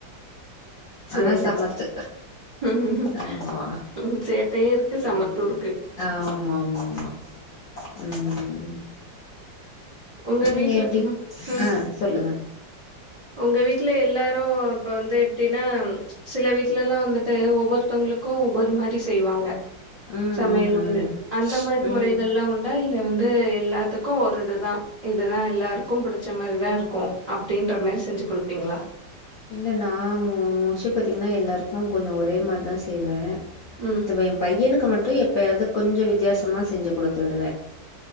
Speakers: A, on the right; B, on the left.
A: சேரி
B: ஆனா சமத்து
A: ம்
B: ஆமா
A: சேட்டையு இருக்கு சமத்து
B: ம்
A: இருக்கு
B: ஆமாமாமா ம்
A: உங்க
B: நீங்க
A: வீட்ல
B: எப்டி
A: ம் ம்
B: ஆ சொல்லுங்க
A: உங்க வீட்ல எல்லாரூ இப்ப வந்து எப்டின்னா சில வீட்லல்லா வந்துட்டு ஒவ்வொருத்தங்களுக்கூ ஒரு மாரி செய்வாங்க
B: ம்
A: சமையல்
B: ம்
A: வந்து
B: ம்.
A: அந்த மாரி
B: ம்.
A: முறைகள்லா உண்டா இல்ல வந்து எல்லாத்துக்கூ ஒரு இதுதா இதுதா எல்லாருக்கூ பிடிச்ச மாரிதா இருக்கூ அப்டின்ற மாரி செஞ்சு குடுப்பீங்களா
B: இல்ல நா மோ மோஸ்ட்லி பாத்தீங்னா எல்லாருக்கூ கொஞ்சோ ஒரே மாரிதா செய்வே
A: ம்
B: து எம்பையனுக்கு மட்டூ எப் பையாது கொஞ்சோ வித்தியாசமா செஞ்சு குடுத்து விடுவே